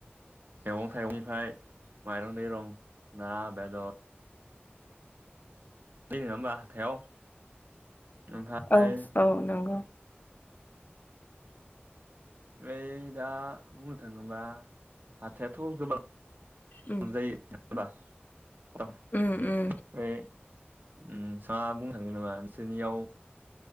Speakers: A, on the right; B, on the left.
A: मैगं थाइगंनिफ्राय माइरं दैरं ना बेदर फैयो नोङा होमबा हाथायाव? ओमफ्राय
B: औ औ नोंगौ।
A: यै दा बुंनो थाङोबा हाथायाथ' गोबां
B: उम
A: <unintelligible> बा <unintelligible>
B: उम उम
A: फाय ओ सा बुंनो थांङो नामा नोंसोरनियाव